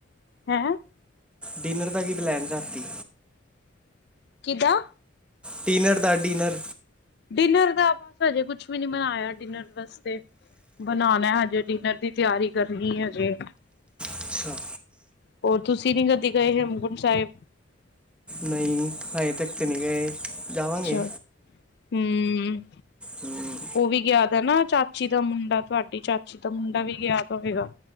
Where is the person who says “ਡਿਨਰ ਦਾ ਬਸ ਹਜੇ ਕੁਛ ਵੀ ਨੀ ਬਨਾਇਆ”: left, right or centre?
Left